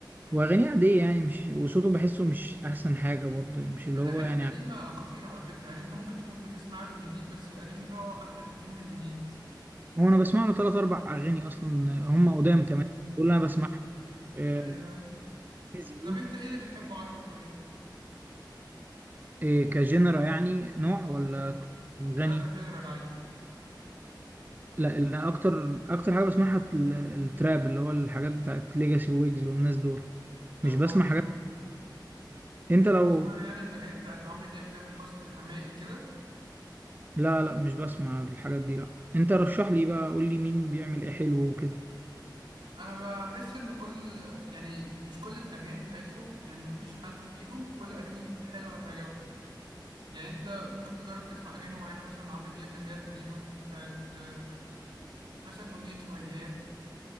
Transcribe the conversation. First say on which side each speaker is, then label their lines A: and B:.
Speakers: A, on the right; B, on the right.
A: واغانيه عادية يعني مش وصوته بحسه مش احسن حاجة برضه يعني مش اللي
B: الاغاني
A: هو يعني
B: القديمه خطيره على فكره يعني انت ممكن تكون بتسمع له الجديد بس القديم بتاعه احلى بكتير من الجديد
A: هو انا بسمع له ثلاث اربع اغاني اصلا آه، هم قدام كمان دول انا بسمع آه،
B: ايوه ايوه
A: زي
B: طب
A: دي
B: انت ايه اللي بتحبه عربي طيب
A: آه، كجنرا يعني نوع
B: اه
A: ولا غني
B: لا كجنرال عادي
A: لا اللي اكتر اكتر حاجة بسمعها ال- التراب اللي هو الحاجات بتاعت ليجاسي ويجز والناس دول
B: طب
A: مش بسمع
B: ما بت...
A: حاجات انت
B: مش
A: لو
B: بتسمع يعني الاغاني بتاعت عمرو دياب تامر حسني حماقي كده
A: لا لا مش بسمع الحاجات دي لا انت رشح لي بقى قول لي مين بيعمل ايه حلو وكده
B: انا بحس ان كل يعني مش كل الاغاني بتاعتهم يعني مفيش حد فيهم كل اغاني حلوه هتعجبك يعني انت ممكن تجرب تسمع اغاني معينه مثلا لعمرو دياب اللي هي القديمه بتاعت مثلا اغنيه وياه